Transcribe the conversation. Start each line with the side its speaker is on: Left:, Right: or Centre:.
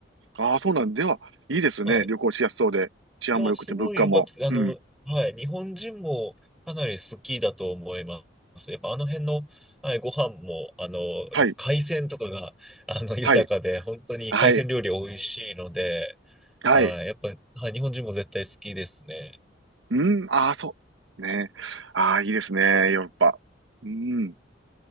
Right: ああ、そうなんでは、いいですね。
Centre: はい。
Right: 旅行しやすそうで。治安も良くて物価も。
Centre: いや、すごい良かったです。あの、
Right: うん。
Centre: はい、日本人もかなり好きだと思います。やっぱあの辺の、はい、ご飯も、あの、
Right: はい、
Centre: やっぱ海鮮とかが、あの、豊かで、
Right: はい、
Centre: 本当に海鮮料理美味しいので、
Right: はい、はい。
Centre: はい、やっぱ、はい、日本人も絶対好きですね。
Right: うん。ああ、そうですね。ああ、いいですね。ヨーロッパ。うん。